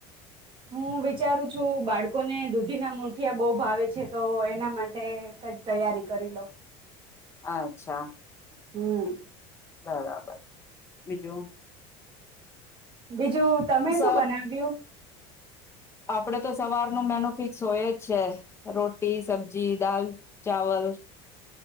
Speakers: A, on the right; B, on the left.
A: હું વિચારું છું બાળકોને દૂધીના મુઠિયા બહુ ભાવે છે તો એના માટે કંઈક તૈયારી કરી લોઉ
B: અચ્છા
A: હમ
B: બરાબર બીજું
A: બીજું તમે
B: સ
A: શું બનાવ્યું
B: આપડે તો સવાર ન મેન ફિક્સ હોય જ છે રોટી સબજી દાલ ચાવલ